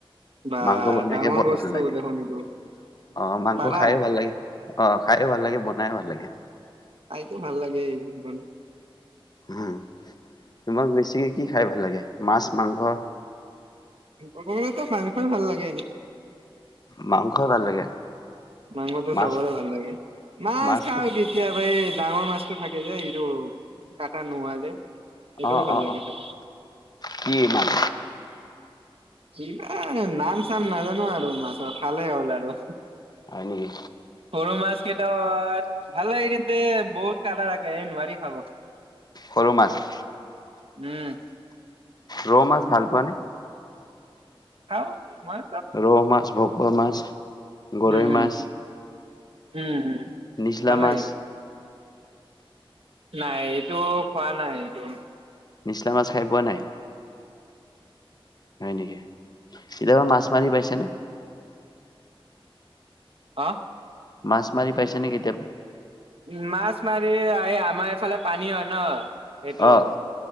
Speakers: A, on the right; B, on the left.
A: বা
B: মাংস বনাইকে
A: ডাঙৰ
B: বৰ
A: বস্তু
B: ভাল লাগে। অ,
A: দেখোন এইটো
B: মাংস
A: পাৰা
B: খাইয়ো ভাল লাগে। অ, খাইয়ো ভাল লাগে, বনায়ো ভাল লাগে।
A: খাইতো ভাল লাগেই, বন
B: উম, তোমাক বেছিকে কি খাই ভাল লাগে, মাছ-মাংস?
A: ক'বলে গ'লেতো মাংসই ভাল লাগে, এনে।
B: মাংসই ভাল লাগে।
A: মাংসটো
B: মাছ
A: চবৰে ভাল লাগে, মাছ
B: মাছটো
A: খাওঁ কি? কেতিয়াবা এই ডাঙৰ মাছতটো থাকে যে, এইটো কাটা নোহোৱা যে। সেইটোও
B: অ,
A: ভাল
B: অ,
A: লাগে
B: অ,
A: খাই।
B: কিমান?
A: এই, নাম- চাম নাজানো আৰু মাছৰ খালে হ'ল আৰু।
B: হয় নেকি?
A: সৰু মাছ কেইটাত, ভাল লাগে। কিন্তু বহুত কাটা থাকে এই নোৱাৰি খাব।
B: সৰু, মাছ
A: উম,
B: ৰৌ, মাছ ভাল পোৱা নে?
A: খাওঁ, মই।
B: ৰৌ মাছ, ভকুৱা মাছ, গৰৈ
A: উম
B: মাছ।
A: উম, উম,
B: নিচলা
A: ভাল
B: মাছ
A: লাগে। নাই, এইটো খোৱা নাই, এইটো
B: মাচা মাছ, খাই পোৱা নাই? হয় নেকি, কেতিয়াবা মাছ মাৰি পাইছে নে?
A: হা,?
B: মাছ মাৰি পাইছে নে, কেতিয়াবা?
A: উম, মাছ মাৰি, এই আমাৰ এইফালে পানী হয় ন, এইটো
B: অ',